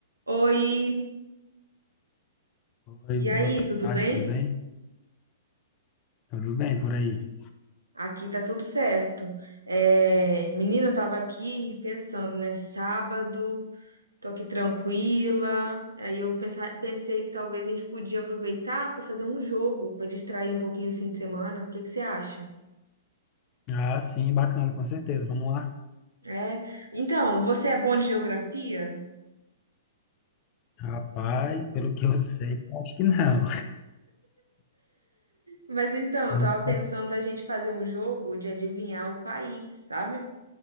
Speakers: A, on the right; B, on the left.
A: Oi,
B: Oi,
A: e
B: boa
A: aí, tudo
B: tarde,
A: bem?
B: tudo bem? Tá Tudo bem por aí?
A: Aqui tá tudo certo. É, menina, eu tava aqui pensando, né? Sábado, tô aqui tranquila. Aí eu pensa- pensei que talvez a gente podia aproveitar pra fazer um jogo, pra distrair um pouquinho o fim de semana. O que que você acha?
B: Ah, sim, bacana, com certeza. Vamos lá.
A: É, então, você é bom de geografia?
B: Rapaz, pelo que eu sei, acho que não.
A: Mas então,
B: Não
A: eu tava pensando
B: posso-
A: da gente fazer um jogo de adivinhar o país, sabe?